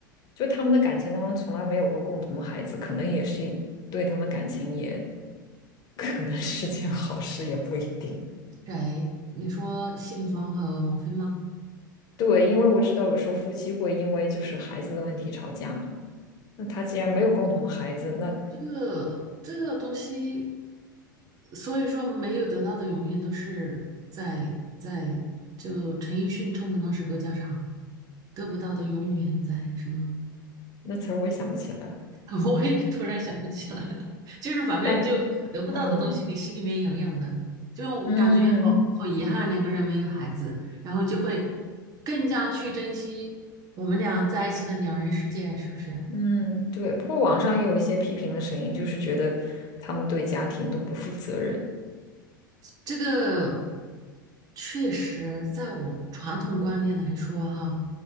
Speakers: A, on the left; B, on the right.
A: 就他们的感情当中从来没有过共同的孩子，可能也是对他们的感情也 <laughs> 可能是件好事，也不一定。
B: 谁？你说谢霆锋和王菲吗？
A: 对，因为我知道有时候夫妻会因为就是孩子的问题吵架嘛。那他既然没有共同的孩子，那
B: 这个这个东西，所以说没有得到的永远都是在在就陈奕迅唱的那首歌叫啥？得不到的永远在什么？
A: 那词儿我也想不起来了。
B: <laughs> 我也突然想不起来了，就是反正就得不到的东西，
A: 但嗯
B: 你心里面痒痒的，就我感觉好好遗憾，
A: 嗯
B: 两个人没有孩子，然后就会更加去珍惜我们俩在一起的两人世界，是不是？
A: 嗯，对。不过网上也有一些批评的声音，就是觉得他们对家庭都不负责任。
B: 这个确实，在我传统观念来说，哈，